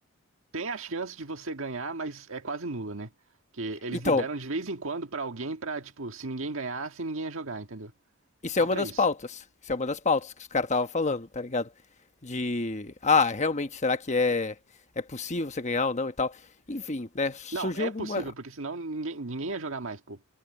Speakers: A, on the right; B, on the left.
A: tem a chance de você ganhar, mas é quase nula, né? Que eles
B: Então,
A: liberam de vez em quando pra alguém pra, tipo, se ninguém ganhasse, ninguém ia jogar, entendeu?
B: isso
A: Só
B: é uma
A: pra
B: das
A: isso.
B: pautas. Isso é uma das pautas que os caras estavam falando, tá ligado? De, ah, realmente, será que é, é possível você ganhar ou não e tal? Enfim, né? Surgiu
A: Não, é
B: alguma.
A: possível, porque senão ninguém, ninguém ia jogar mais, pô.